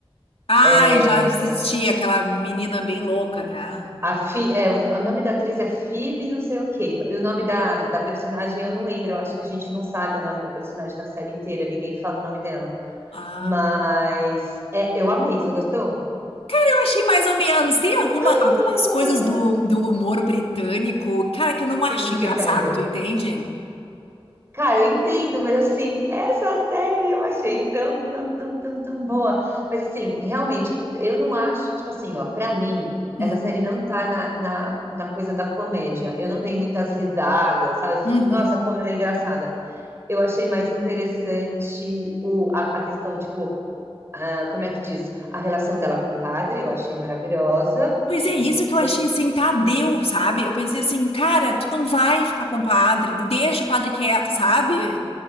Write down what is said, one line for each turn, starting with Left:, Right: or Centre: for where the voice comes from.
Left: Ai,
Right: É,
Left: já assisti aquela menina bem louca, né?
Right: a Phe- é, o o nome da atriz é Phoebe, não sei o quê. E o nome da, da personagem eu não lembro, eu acho que a gente não sabe o nome da personagem na série inteira, ninguém fala o nome dela.
Left: Ah.
Right: Mas é, eu amei, você gostou? <gasps>
Left: Eu achei mais ou menos. Tem alguma,
Right: Ah,
Left: algumas coisas do, do humor britânico, cara, que eu não acho
Right: Que não te
Left: engraçado,
Right: pegam.
Left: tu entende?
Right: Cara, eu entendo, mas assim, essa série eu achei tão, tão, tão, tão, tão boa. Mas assim, realmente, eu não acho, tipo assim, ó, pra mim, essa
Left: Uhum.
Right: série não tá na, na, na coisa da comédia. Eu não dei muitas risadas, sabe? Assim,
Left: Uhum.
Right: tipo, nossa, como ela é engraçada. Eu achei mais interessante o, a, a questão, tipo, ah, como é que diz? A relação dela com o padre, eu achei maravilhosa.
Left: Pois
Right: E
Left: é,
Right: pri-
Left: isso que
Right: primeiro
Left: eu achei assim, tá, deu, sabe? Eu pensei assim, cara, tu não vai ficar com o padre, deixa o padre quieto, sabe?